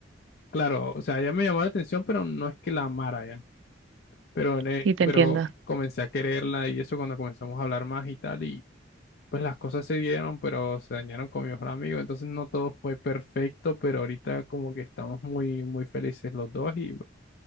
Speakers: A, on the left; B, on the right.
A: claro, o sea, ella me llamó la atención, pero no es que la amara ya, pero, le-
B: Sí, te
A: pero
B: entiendo.
A: comencé a quererla y eso cuando comenzamos a hablar más y tal y pues las cosas se dieron, pero se dañaron con mi mejor amigo, entonces no todo fue perfecto, pero ahorita como que estamos muy, muy felices los dos y...